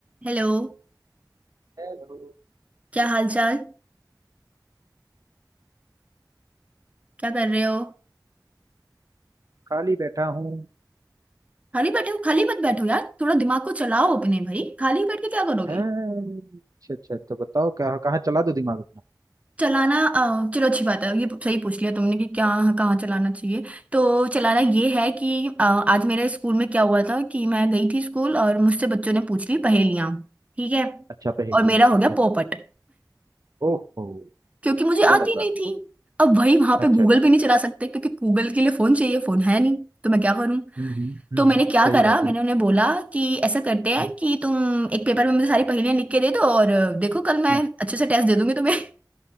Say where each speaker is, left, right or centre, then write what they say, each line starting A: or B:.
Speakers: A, on the right; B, on the right.
A: हेलो
B: हेलो
A: क्या हाल चाल क्या कर रहे हो
B: खाली बैठा हूँ
A: खाली बैठे हो खाली मत बैठो यार थोड़ा दिमाग को चलाओ अपने भाई खाली बैठ के क्या करोगे
B: हैं? अच्छा अच्छा तो बताओ क्या कहाँ चला दो दिमाग अपना
A: चलाना अ, चलो अच्छी बात है ये सही पूछ लिया तुमने कि क्या कहाँ चलाना चाहिए तो चलाना ये है कि अ, आज मेरे स्कूल में क्या हुआ था कि मैं गई थी स्कूल और मुझसे बच्चों ने पूछ ली पहेलियाँ ठीक है
B: अच्छा पहेलियाँ
A: और मेरा
B: ठीक
A: हो गया
B: है
A: पोपट
B: ओहो
A: क्योंकि मुझे आती
B: गलत बात
A: नहीं थी
B: हुई।
A: अब भाई वहां पे
B: अच्छा
A: गूगल
B: अच्छा
A: भी नहीं चला सकते क्योंकि गूगल के लिए फोन चाहिए फोन है नहीं तो मैं क्या करूं
B: हम्म हम्म हम्म
A: तो मैंने
B: हम्म,
A: क्या
B: सही
A: करा
B: बात
A: मैंने
B: है
A: उन्हें बोला कि ऐसा करते हैं
B: हाँ,
A: कि तुम एक पेपर में मुझे सारी पहेलियां लिख के दे दो और अ, देखो कल मैं
B: हाँ,
A: अच्छे से टेस्ट दे दूंगी तुम्हें <laughs>